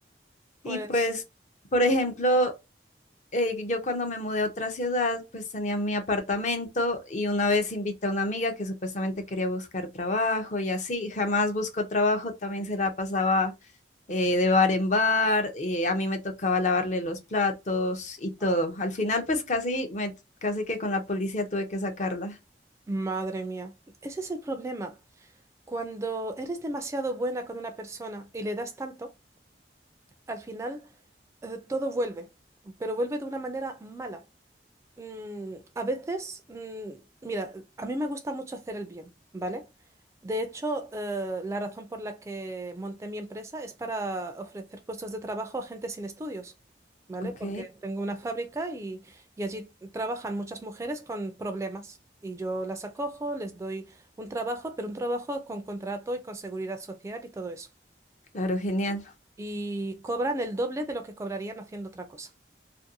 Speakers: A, on the right (about 15°); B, on the left (about 40°).
A: Pues,
B: Y pues, por ejemplo, eh, yo cuando me mudé a otra ciudad, pues tenía mi apartamento y una vez invité a una amiga que supuestamente quería buscar trabajo y así, jamás buscó trabajo, también se la pasaba eh, de bar en bar, eh, a mí me tocaba lavarle los platos y todo.
A: au.
B: Al final, pues casi, me, casi que con la policía tuve que sacarla.
A: madre mía, ese es el problema. Cuando eres demasiado buena con una persona y le das tanto, al final eh, todo vuelve, pero vuelve de una manera mala. Mm, a veces, mm, mira, a mí me gusta mucho hacer el bien, ¿vale? De hecho, eh, la razón por la que monté mi empresa es para ofrecer puestos de trabajo a gente sin estudios, ¿vale?
B: Ok,
A: Porque tengo una fábrica y, y allí trabajan muchas mujeres con problemas y yo las acojo, les doy un trabajo, pero un trabajo con contrato y con seguridad social y todo eso.
B: claro, genial.
A: Y cobran el doble de lo que cobrarían haciendo otra cosa